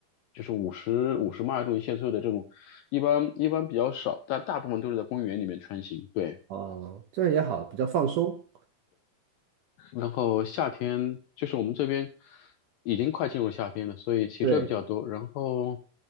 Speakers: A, on the left; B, on the right.
A: 就是五十五十迈这种限速的这种，一般一般比较少，但大部分都是在公园里面穿行。对。
B: 哦，这样也好，比较放松。
A: 然后夏天就是我们这边已经快进入夏天了，所以骑车比较多。
B: 对，
A: 然后